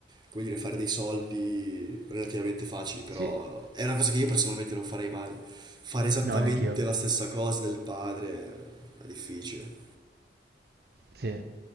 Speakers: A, on the right; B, on the right.
A: come dire, fare dei soldi relativamente facili, però
B: Sì,
A: è una cosa che io personalmente non farei mai. Fare esattamente
B: no, neanch'io.
A: la stessa cosa del padre è difficile.
B: Sì.